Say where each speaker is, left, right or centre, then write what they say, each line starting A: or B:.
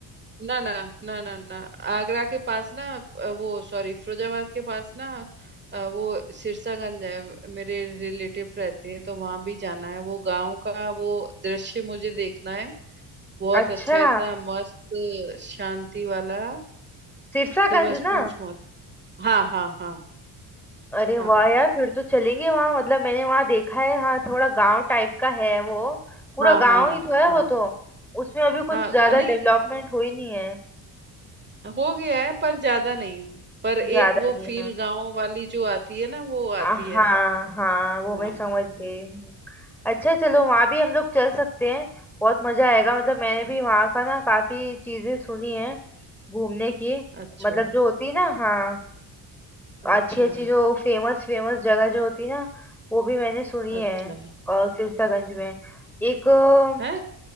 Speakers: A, on the right; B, in the centre.
A: ना ना ना ना ना आगरा के पास ना अ, वो सॉरी फिरोजाबाद के पास ना अ, वो सिरसागंज है मेरे रिलेटिव रहते हैं तो वहां भी जाना है वो गांव का वो दृश्य मुझे देखना है बहुत
B: अच्छा
A: अच्छा इतना मस्त शांति वाला
B: सिरसागंज
A: कि बस
B: ना
A: पूछ मत हाँ हाँ हाँ
B: अरे
A: हाँ
B: वाह यार फिर तो चलेंगे वहाँ मतलब मैंने वहाँ देखा है हाँ थोड़ा गांव टाइप का है वो पूरा
A: हाँ
B: गांव
A: हाँ
B: ही तो है
A: हाँ
B: वो तो उसमें अभी
A: हाँ
B: कुछ ज्यादा
A: अ, नहीं
B: डेवलपमेंट हुई नहीं है
A: हो गया है पर ज्यादा नहीं पर एक
B: ज्यादा
A: वो
B: नहीं
A: फील गांव वाली जो आती है ना वो
B: आ,
A: आती
B: हाँ
A: है
B: हाँ वो
A: हाँ
B: मैं समझ
A: हम्म,
B: गई हूँ। अच्छा चलो वहाँ भी हम लोग चल सकते हैं बहुत मजा आएगा मतलब मैंने
A: हम्म,
B: भी वहाँ का ना काफी चीजें सुनी है घूमने की
A: अच्छा
B: मतलब जो होती है ना हाँ
A: अच्छा
B: अच्छी अच्छी जो फेमस फेमस जगह जो होती है ना वो भी मैंने सुनी
A: अच्छा
B: है और सिरसागंज में एक अ,
A: है